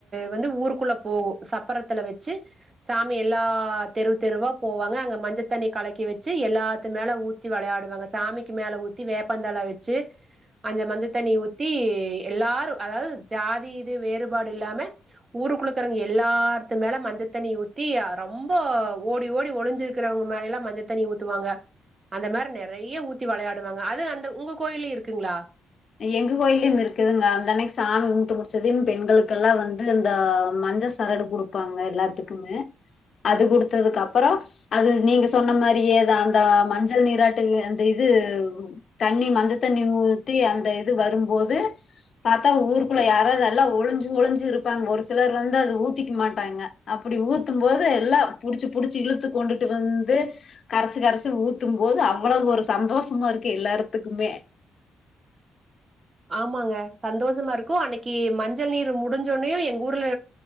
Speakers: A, on the right; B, on the left.
A: வந்து ஊருக்குள்ள போகு சப்பரத்துல வச்சு சாமி எல்லா தெரு தெருவா போவாங்க அங்க மஞ்ச தண்ணி கலக்கி வச்சு எல்லாத்துமேல ஊத்தி வெளையாடுவாங்க சாமிக்கு மேல ஊத் த்தி வேப்பந்தல வச்சு அஞ்ச மஞ்ச தண்ணி ஊத்தி எல்லாரு அதாவது ஜாதி இது வேறுபாடு இல்லாம ஊருக்குளுக்கறவங்க எல்லாத்து மேல மஞ்ச தண்ணி ஊத்தி ரொம் ப ஓடி ஓடி ஒளிஞ்சிருக்கிறவங்க மேலல்லா மஞ்சத்தண்ணி ஊத்துவாங்க அந்த மாரி நெறைய ஊத்தி வெளையாடுவாங்க அது அந்த உங்க கோயில்லயு இருக்குங்களா
B: எங்க கோயில்லயும் இருக்குதுங்க அன்தனக்கு சாமி கும்ட்டு முடிச்சதயு பெண்களுக்கெல்லா வந்து இந்த மஞ்ச சரடு குடுப்பாங்க எல்லாத்துக்குமே அது குடுத்ததுக்கு அப்பறோ அது நீங்க சொன்ன மாரியே அந்த மஞ்சள் நீராட்டுங் அந்த இது தண்ணி மஞ்ச தண்ணி ஊத்தி அந்த இது வரும்போது பாத்தா ஊருக்குள்ள யாரார்ரெல்லா ஒளிஞ்சு ஒளிஞ்சு இருப்பாங்க ஒரு சிலர் வந்து அது ஊத்திக்க மாட்டாங்க அப்டி ஊத்தும் போது எல்லா புடுச்சு புடுச்சு இழுத்து கொண்டுட்டு வந்து கரச்சு கரச்சு ஊத்தும் போது அவ்ளோ ஒரு சந்தோஷமா இருக்கு எல்லார்த்துக்குமே
A: ஆமாங்க சந்தோஷமா இருக்கு அன்னைக்கு மஞ்சள் நீர் முடிஞ்சோனுயு எங்க ஊர்ல